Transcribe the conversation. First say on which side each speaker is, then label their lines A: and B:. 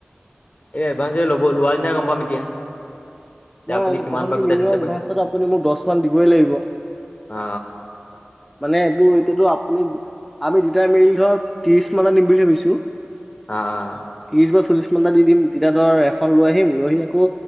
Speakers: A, on the left; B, in the centre.
A: এই এডভাঞ্চটো লব লোৱাৰ দিনাই পাম এতিয়া। এতিয়া
B: নহয়
A: আপুনি কিমান
B: প্ৰথম
A: বা গোটাই
B: মিনিমাম
A: থৈছে
B: এডভাস
A: পইচা
B: আপুনি মোক দহ মান দিবই লাগিব।
A: অ
B: মানে এইটো এতিয়াতো আপুনি আমি দুটাই মিল ধৰ ত্ৰিশ মানত দিম বুলি ভাবিছো।
A: হা হা।
B: ত্ৰিশ বা চল্লিশ মন্টা দি দিম তেতিয়া ধৰ এখন লৈ আহিম, আহি আকৌ